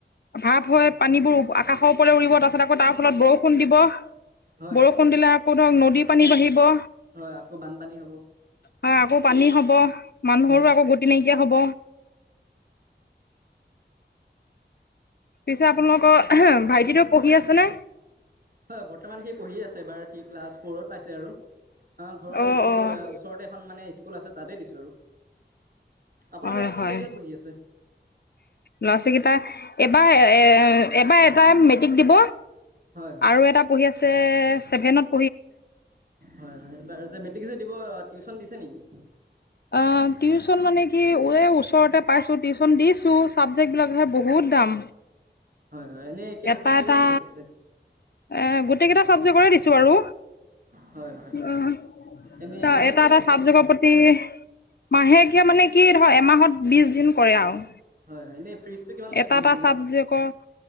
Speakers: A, on the left; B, on the right.
A: ভাৱ হয় পানীবোৰ আকাশৰ ওপৰলৈ উৰিব তাৰপাছত আকৌ তাৰ ফলত বৰষুণ দিব
B: হয়
A: বৰষুণ
B: হয়।
A: দিলে আকৌ ধৰক নদীৰ পানী বাঢ়িব
B: হয় আকৌ বানপানী হ'ব
A: হয় আকৌ পানী হব মানুহৰো
B: হয়
A: আকৌ
B: হয়।
A: গতি নাই <unintelligible> হ'ব পিছে আপোনালোকৰ ভাইটিতো পঢ়ি আছে নে?
B: হয় বৰ্তমান সি পঢ়ি আছে এবাৰ সি ক্লাছ ফ'ৰত পাইছে আৰু আমাৰ ঘৰৰ
A: অ',
B: স্কুলৰ
A: অ',
B: ওচৰতে এখন মানে স্কুল আছে তাতে দিছো আৰু আপোনাৰ
A: হয়,
B: ল'ৰা ছোৱালীকেইটা
A: হয়,
B: কিহত পঢ়ি আছে?
A: লৰা ছোৱালীকেইটা এবাৰ এ এবাৰ এটায়ে মেট্ৰিক দিব
B: হয় হয়
A: আৰু এটা পঢ়ি আছে চেভেনত।
B: হয় হয় এইবাৰ যে মেট্ৰিক দিব টিউচন দিছে নেকি?
A: অ টিউচন মানে কি এই ওচৰতে পাইছো টিউচন দিছো চাবজেক্ট বিলাকহে বহুত দাম
B: হয় হয় এনেই কেইটা
A: এটা
B: চাবজেক্টৰ
A: এটা
B: টিউচন দিছে
A: এ গোটেই কেইটা চাবজেক্টৰে দিছো আৰু
B: হয় হয়
A: উম,
B: এনে
A: ত'
B: মাহেকীয়া
A: এটা এটা চাবজেগৰ প্ৰতি মাহেকীয়া মানে কি <unintelligible> এমাহত বিশ দিন কৰে আৰু
B: হয় হয় এনেই ফিজটো কিমান লয়
A: এটা
B: বিশ
A: এটা
B: দিনৰ
A: চাবজেকৰ